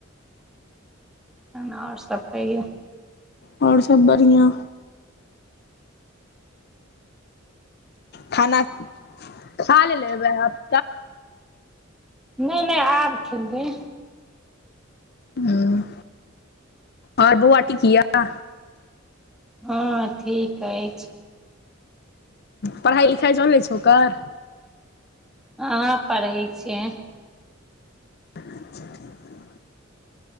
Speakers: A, in the centre; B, on the left (about 50°).
A: तहनओर सब कहियौ
B: आओर सब बढ़िया खाना खा ले ले हेबै अब
A: नहि नहि आब खबै
B: ह आओर बौआ टीक या
A: हँ ठीक अछि
B: पढ़ाइ लिखाइ चलै छै ओकर
A: अहाँ पढ़ै छै
B: अच्छा ठीकइ <inaudible>